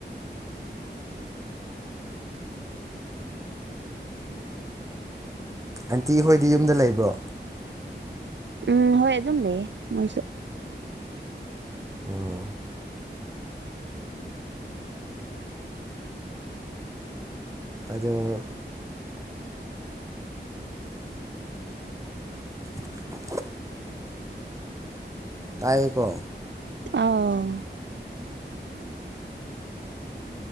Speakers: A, on the right; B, on the right.
A: ꯑꯟꯇꯤ ꯍꯣꯏꯗꯤ ꯌꯨꯝꯗ ꯂꯩꯕ꯭ꯔꯣ
B: ꯎꯝ ꯍꯣꯏ ꯑꯗꯨꯝ ꯂꯩꯌꯦ ꯃꯣꯏꯁꯨ
A: ꯑꯣ ꯑꯗꯨ <inaudible> ꯇꯥꯏꯌꯦꯀꯣ
B: ꯑꯥꯎ